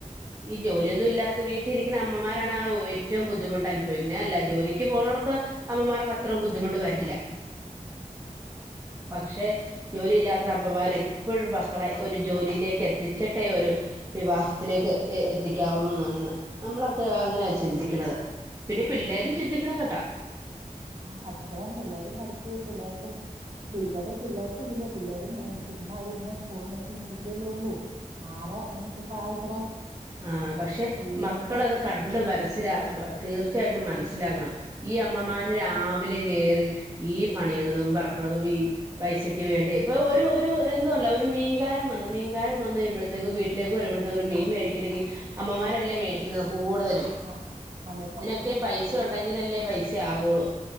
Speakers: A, on the right; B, on the right.
A: ഈ ജോലിയൊന്നും ഇല്ലാത്ത വീട്ടിലിരിക്കുന്ന അമ്മമാരാണ് ആ ഏറ്റവും ബുദ്ധിമുട്ട് അനുഭവിക്കുന്നത് അല്ലേ ജോലി ക്ക് പോണവർക്ക്
B: ആഹ്
A: അമ്മമാർക്ക് അത്രയും ബുദ്ധിമുട്ട് വരില്ല
B: ഉം ഇല്ല
A: പക്ഷെ ജോലിയില്ലാത്ത അമ്മമാര് എപ്പോഴും മക്കളെ ഒരു ജോലിയിലേക്ക് എത്തിച്ച് ഒരു വിവാഹത്തിലേക്ക് എത്തിക്കാവുള്ളൂ എന്നാണ് നമ്മളൊക്കെ
B: ഉം.
A: അങ്ങനെയ ചിന്തിക്കണത് പിന്നെ പിള്ളേരും ചിന്തിക്കണം കേട്ടോ
B: ആഹ് പഠിക്കണം പിള്ളേരും പഠിച്ചു പിള്ളേർക്കും ഇവിടെ പിള്ളേർക്കും ഇല്ലല്ലോ പിള്ളേരും ചുമ്മാ അവിടെ ഇരുന്ന് ഫോൺ ഞെക്കി ഇങ്ങനെ ഇരിക്കല്ലേ ഉള്ളൂ ആരാ എന്നിട്ട് സഹായിക്കണേ
A: ആഹ് പക്ഷെ
B: സ്ത്രീകൾക്ക്
A: മക്കളത്
B: എപ്പഴും
A: കണ്ട് മനസ്സില തീർച്ചയായിട്ടും മനസ്സിലാക്കണം ഈ അമ്മമാര് രാവിലെ കേറി ഈ പണിയണതും പറക്കണതും ഈ പൈസക്ക് വേണ്ടി ഇപ്പൊ ഒരു ഒരു എന്തുമല്ല ഒരു മീൻകാരൻ വന്നു മീൻ എല്ലാരും വന്നു കഴിയുമ്പോഴത്തേക്കും വീട്ടിലേക്ക് വരുമ്പോഴത്തേക്കും ഒരു മീൻ മേടിക്കണെങ്കിൽ അമ്മമാരല്ലേ മേടിക്കുന്നത് കൂടുതലും
B: ആഹ് അതെ അതെ
A: ഒക്കെ പൈസ ഉണ്ടെങ്കിൽ അല്ലേ പൈസ ആകുള്ളൂ